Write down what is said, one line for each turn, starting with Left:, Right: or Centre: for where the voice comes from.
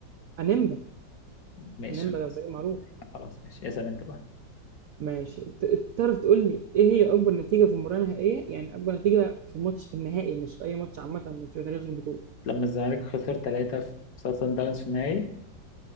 Right: انيمبا
Left: ماشي
Right: انيمبا
Left: خلاص
Right: ده فريق معروف
Left: خلاص ماشي اسأل أنت بقى
Right: ماشي ت- تعرف تقول لي ايه هي اكبر نتيجه في مباراه نهائيه يعني اكبر نتيجه في ماتش في النهائي مش في اي ماتش عامه مش في تاريخ البطوله
Left: لما الزمالك خسر ثلاثة في سان داونز في النهائي